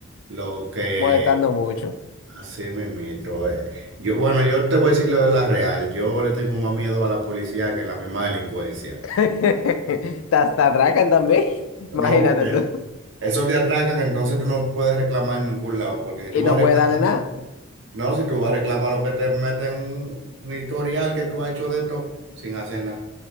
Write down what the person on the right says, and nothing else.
lo que
así mismito es. Yo, bueno, yo te voy a decir la verdad real. Yo le tengo más miedo a la policía que a la misma delincuencia.
No, porque
esos te atracan, entonces tú no puedes reclamar en ningún lado, porque si
tú vas
a reclamar,
no, si tú vas a reclamar lo que te meten un, un historial que tú has hecho de esto sin hacer nada.